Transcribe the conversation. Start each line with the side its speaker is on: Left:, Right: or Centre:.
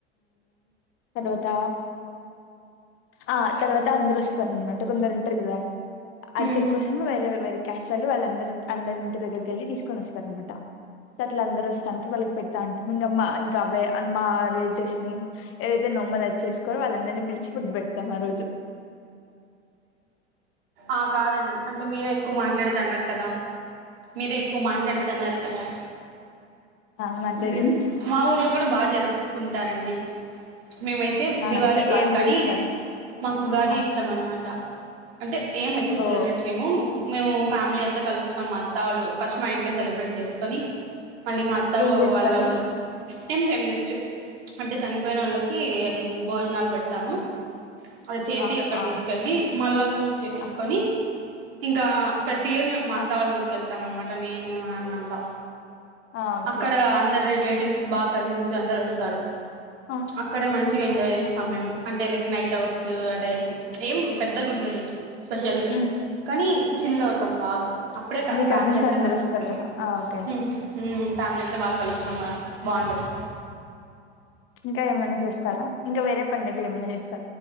Left: తర్వాత ఆ తర్వాత అందరు వస్తారనమాట కొందరు ఉంటారు కదా అరిసెల్
Right: మ్మ్
Left: కోసం వేరే వేరే క్యాస్ట్ వాళ్ళు వాళ్ళందరు అందరింటి దగ్గరికి వెళ్ళి తీసుకొని వస్తారనమాట అ అట్ల అందరుూ వస్తా అంటారు వాళ్ళకి పెట్టతా ఉంటాం ఇంకమ్మా ఇంకా అవే అమ్మా రిలేటివ్స్ ని ఏవైతే నోములు <unintelligible> వాళ్ళందరినీ పిలిచి ఫుడ్ పెడతాం ఆ రోజు
Right: ఆ కాదండి అంటే మీరే ఎక్కువ మాట్లాడ అన్నారు కదా మీరే ఎక్కువ మాట్లాడుతన్నారు కదా
Left: ఆ మాట్లాడండి
Right: ఇంక మా ఊర్లో కూడ బాగా జరుపుకుంటారండి మేమైతే
Left: ఆ
Right: దివాళి
Left: చ
Right: కాదు
Left: ఏం
Right: కానీ
Left: చేస్తారు
Right: మాకు ఉగాది
Left: ఆ
Right: ఇస్టం అనమాట అంటే ఏం ఎక్కువ
Left: ఓ
Right: సెలబ్రేట్ చేయము మేము ఫ్యామిలీ అంత కలుస్తాం మా అత్తా వాళ్ళు ఫస్ట్ మా ఇంట్లో సెలబ్రేట్ చేసుకొని మళ్ళీ మా అత్త
Left: ఏం చేస్తారు
Right: వాళ్ళ వూరు ఏం చేయము జస్ట్ అంటే చనిపోయిన వాళ్ళకి అది భోజనాలు పె తాము
Left: ఆ
Right: అది చేసి
Left: ఆ
Right: అక్కడ
Left: ఆ
Right: తీసుకెళ్ళి మళ్ళా పూజ చేసేసుకొని
Left: ఆ
Right: ఇంకా ప్రతి ఇయర్ మేము మా అత్తా
Left: ఆ
Right: వాళ్ళ ఊరికెళ్తాం అనమాట నేను అన్న అంతా
Left: ఆ ఓకే
Right: అక్కడ అందరు రిలేటివ్స్ బాగా కజిన్స్ అందరు వస్తారు
Left: ఆ
Right: అక్కడే మంచి చిగా ఎంజాయ్ చేస్తాం మేము అంటే లైక్ నైట్ అవుట్స్ అట వేసి ఏం పెద్ద గుండదు స్పెషల్స్
Left: ఉమ్
Right: కానీ చిల్లు అవటం బాగా అప్పుడే గా
Left: మీ
Right: ఫ్యామిలీ
Left: కజిన్స్
Right: అంతా
Left: అందరు
Right: కలు
Left: వస్తారు
Right: హు
Left: కదా ఆ ఓకే
Right: ఉమ్ ఫ్యామిలీ అంత బాగా కలుస్తాం కదా బాగుంటుంది
Left: ఇంకా ఏమైన్నా చేస్తారా ఇంకా వేరే పండుగలు ఏమైన్నా చేస్